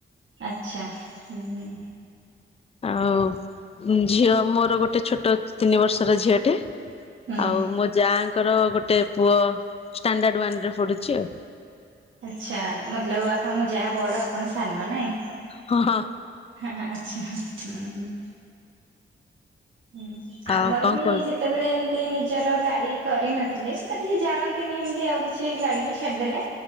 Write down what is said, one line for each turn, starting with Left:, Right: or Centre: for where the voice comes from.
Right: ଆଛା। ହୁଁ।
Left: ଆଉ ଝିଅ ମୋର ଗୋଟେ ଛୋଟ ତିନି ବର୍ଷର ଝିଅଟେ
Right: ହୁଁ
Left: ଆଉ ମୋ ଯାଙ୍କର ଗୋଟେ ପୁଅ ଷ୍ଟାଣ୍ଡାର୍ଡ ୱାନ୍ ରେ ପଢୁଛି ଆଉ।
Right: ଆଚ୍ଛା ମୋତଲବ୍ ଆପଣଙ୍କ ଯା ବଡ ଆପଣ ସାନ ନାଇଁ?
Left: ହଁଁ।
Right: ହଁ ଆଚ୍ଛା ହଁ। ହୁଁ
Left: ଆଉ
Right: ଆମର
Left: କଣ
Right: ବି
Left: କୁହ
Right: ଯିତ୍ କେତେବେଳେ ଏମିତି ନିଜର ଗାଡି କରିନଥିଲେ ସେ ତ କିଛି ଜାଣନ୍ତିନି ଏମିତି ଆଉ କିଛି ଗାଡି କି ଛାଡ଼ିଦେଲେ।